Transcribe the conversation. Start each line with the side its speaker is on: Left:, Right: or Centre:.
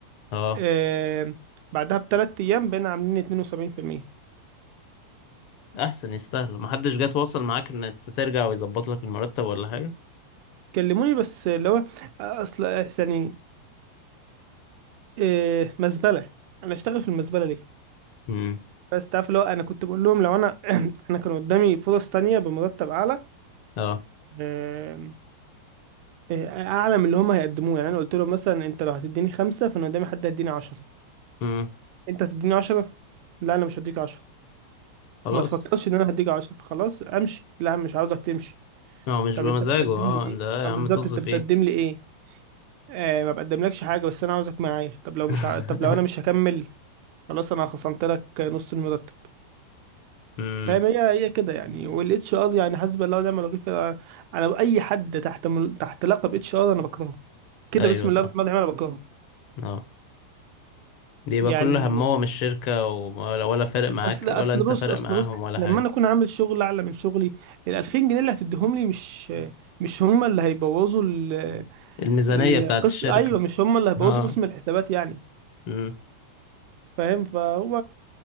Left: اه
Right: آه بعدها بثلاث ايام بقينا عاملين 72%
Left: احسن يستاهلوا محدش جه تواصل معاك ان انت ترجع ويظبط لك المرتب ولا حاجة
Right: كلموني بس اللي هو آه، اصل آه، يعني آه مزبله انا اشتغل في المزبله ليه
Left: امم
Right: بس تعرف اللي هو انا كنت بقول لهم لو انا <clears throat> انا كان قدامي فرص تانية بمرتب اعلى
Left: اه
Right: آم، آه، اعلى من اللي هم هيقدموه يعني انا قلت لهم مثلا انت لو هتديني خمسة فانا قدامي حد هيديني عشرة
Left: امم
Right: انت هتديني عشرة لا انا مش هديك عشرة
Left: خلاص
Right: وما تفكرش ان انا هديك عشرة فخلاص امشي لا مش عاوزك تمشي
Left: هو مش
Right: طب
Left: بمزاجه
Right: انت بتقدم
Left: اه
Right: لي ايه
Left: ده يا
Right: آه، بالظبط
Left: عم طز
Right: انت
Left: فيه
Right: بتقدم لي ايه آه ما بقدملكش حاجة بس انا عاوزك معايا طب لو
Left: <laughs>
Right: مش ع... طب لو انا مش هكمل خلاص انا خصمت لك نص المرتب
Left: امم
Right: فاهم هي هي كده يعني والاتش ار يعني حسب الله ونعم الوكيل فعلا انا اي حد تحت مل... تحت لقب اتش ار انا بكرهه كده
Left: ايوه
Right: بسم
Left: صح
Right: الله الرحمن الرحيم انا بكرهه
Left: اه بيبقى
Right: يعني
Left: كل همهم الشركة ولا ولا فارق معاك
Right: اصل
Left: ولا
Right: اصل
Left: انت
Right: بص
Left: فارق
Right: اصل
Left: معاهم
Right: بص
Left: ولا
Right: لما
Left: حاجة
Right: انا اكون عامل شغل اعلى من شغلي ال 2000 جنيه اللي هتديهم لي مش مش هم اللي هيبوظوا ال...
Left: الميزانية
Right: القص
Left: بتاعت الشركة
Right: ايوه مش هم اللي هيبوظوا
Left: اه
Right: قسم الحسابات يعني
Left: مم.
Right: فاهم فهو